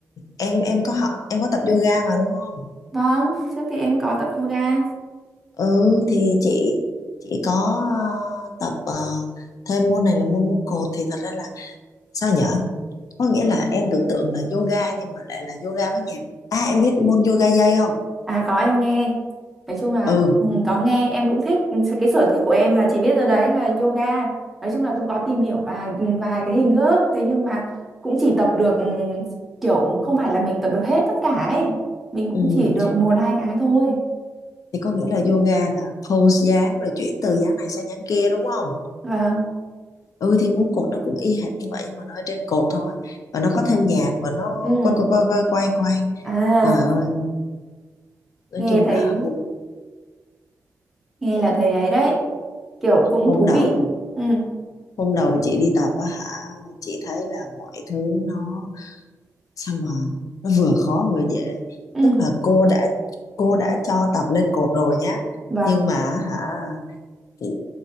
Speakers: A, on the left; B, in the centre.
A: em em có học em có tập yoga mà đúng không?
B: Vâng, trước thì em có tập yoga.
A: Ừ thì chị chị có ờ, tập ờ, thêm môn này là môn múa cột thì thật ra là sao nhở? Có nghĩa là em tưởng tượng là yoga nhưng mà lại là yoga với nhạc. À em biết môn yoga dây không?
B: À có em nghe. Nói chung là
A: Ừ.
B: ừ, có nghe, em cũng thích. Ừ, Cái sở thích của em là chị biết rồi đấy là yoga. Nói chung là cũng có tìm hiểu vài vài cái hình thức. Thế nhưng mà cũng chỉ tập được ừ, kiểu không phải là mình tập được hết tất cả ấy. Mình cũng
A: Ừ.
B: chỉ được một hai cái thôi.
A: thì có nghĩa là yoga là pose dáng rồi chuyển từ dáng này sang dáng kia đúng không
B: Vâng.
A: ừ thì múa cột nó cũng y hệt như vậy nhưng mà nó ở trên cột thôi và nó có thêm nhạc và nó
B: Ừ.
A: quay quay quay quay quay quay
B: À,
A: trời ơi nói
B: nghe
A: chung
B: thấy
A: là hôm
B: nghe là thấy ấy đấy kiểu cũng
A: hôm
B: thú
A: đầu
B: vị ừ
A: hôm đầu chị đi tập á hả chị thấy là mọi thứ nó sao mà nó vừa khó vừa dễ
B: ừ
A: tức là cô đã cô đã cho tập lên cột rồi nhá
B: và
A: nhưng mà hả Ừ,